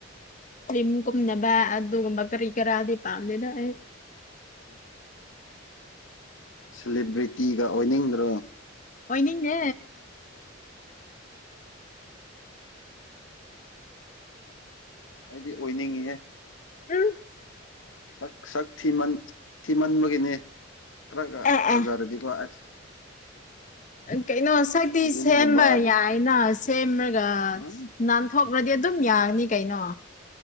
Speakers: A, on the left (about 40°); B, on the left (about 75°).
A: ꯀ꯭ꯔꯤꯝ ꯀꯨꯝꯅꯕ ꯑꯗꯨꯒꯨꯝꯕ ꯀꯔꯤ ꯀꯔꯥꯗꯤ ꯄꯥꯝꯗꯦꯗꯥ ꯑꯩ
B: ꯎꯝ ꯁꯦꯂꯤꯕ꯭ꯔꯤꯇꯤꯒ ꯑꯣꯏꯅꯤꯡꯗ꯭ꯔꯣ
A: ꯑꯣꯏꯅꯤꯡꯗꯦ
B: ꯑꯩꯗꯤ ꯑꯣꯏꯅꯤꯡꯉꯤꯍꯦ
A: ꯎꯝ
B: ꯁꯛ ꯁꯛ ꯊꯤꯃꯟ ꯊꯤꯃꯟꯕꯒꯤꯅꯤ ꯈꯔꯒ
A: ꯑꯦ
B: ꯐꯖꯔꯗꯤꯀꯣ
A: ꯑꯦ
B: ꯑꯁ
A: ꯀꯩꯅꯣ ꯁꯛꯇꯤ
B: ꯐꯤꯂꯤꯝꯒꯨꯝꯕ
A: ꯁꯦꯝꯕ ꯌꯥꯏꯅ ꯁꯦꯝꯃꯔꯒ
B: ꯎꯝ
A: ꯅꯥꯟꯊꯣꯛ ꯕꯗꯤ ꯑꯗꯨꯝ ꯌꯥꯒꯅꯤ ꯀꯩꯅꯣ